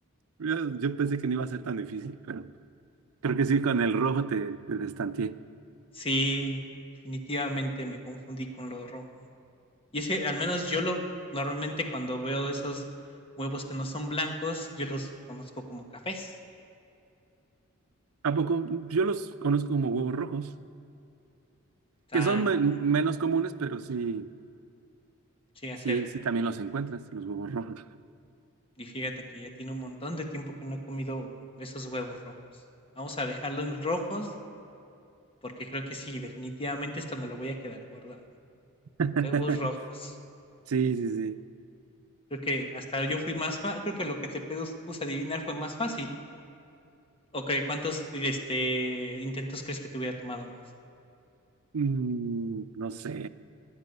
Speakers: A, on the right; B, on the left.
A: yo, yo pensé que no iba a ser tan difícil, pero creo que sí, con el rojo te, te destanteé.
B: Sí, definitivamente me confundí con lo rojo. Y es que al menos yo lo normalmente cuando veo esos huevos que no son blancos, yo los conozco como cafés.
A: ¿A poco? Yo los conozco como huevos rojos,
B: Está,
A: que son
B: ahí,
A: me- menos
B: no,
A: comunes, pero sí,
B: sí, hacer.
A: sí, sí también los encuentras, los huevos rojos.
B: Y fíjate que ya tiene un montón de tiempo que no he comido esos huevos rojos. Vamos a dejarlos rojos porque creo que sí, definitivamente esto me lo voy a quedar guardado.
A: <laughs>
B: Huevos rojos.
A: Sí, sí, sí.
B: Creo que hasta yo fui más fa creo que lo que te pedos- puse a adivinar fue más fácil. Ok, ¿cuántos este, intentos crees que te hubiera tomado más?
A: Mm, no sé,